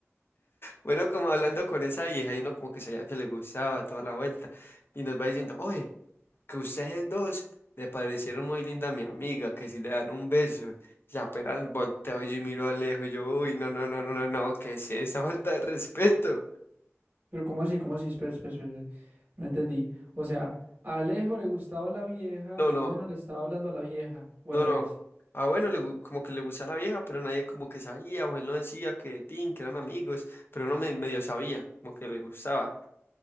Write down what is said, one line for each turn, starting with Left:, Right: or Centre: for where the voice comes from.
Left: Bueno, como hablando con esa vieja y uno como que sabía que le gustaba toda la vuelta. Y nos va diciendo, oye que ustedes dos le parecieron muy linda a mi amiga, que si le dan un beso, y apenas volteo y miro a lejos, y yo, uy, no, no, no, no, no, no, ¿qué es esa falta de respeto?
Right: Pero ¿cómo así? ¿Cómo así? Espera, espera, espera, espera. No entendí. O sea, a Alejo le gustaba la vieja
Left: No,
Right: y
Left: no,
Right: bueno, le estaba hablando a la vieja, o
Left: no,
Right: al revés.
Left: no. Ah, bueno, le gu- como que le gustaba la vieja, pero nadie como que sabía, o él no decía que Tin, que eran amigos, pero uno me- medio sabía, como que le gustaba.